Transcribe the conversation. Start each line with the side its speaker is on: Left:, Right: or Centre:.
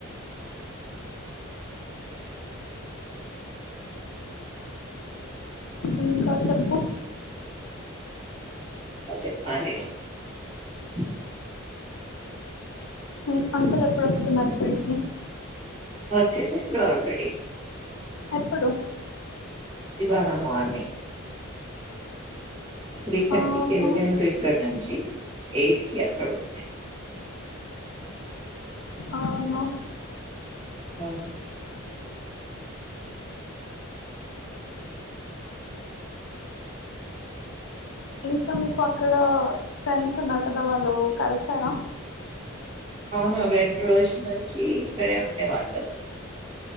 Left: ఇంకా చెప్పు
Right: ఇంకా చెప్పాలి <inaudible>
Left: ఉ అంకుల్ ఎప్పుడు వస్తున్నారు ఇక్కడికి
Right: వచ్చేసిండ్రు ఆల్రెడీ
Left: ఎప్పుడు
Right: ఇవాళ మార్నింగ్ త్రీ థర్టీ
Left: ఆహా
Right: కి <unintelligible> ఇక్కనుంచి ఎయిట్ కి అక్కడ ఉంటాయి
Left: అవునా
Right: అవును
Left: ఇంకా మీకు అక్కడ ఫ్రెండ్స్ ఉన్నారు కదా వాళ్ళు కలిశారా
Right: అవును రెండు రోజుల నుంచి ఇక్కడే ఉండేవాళ్ళు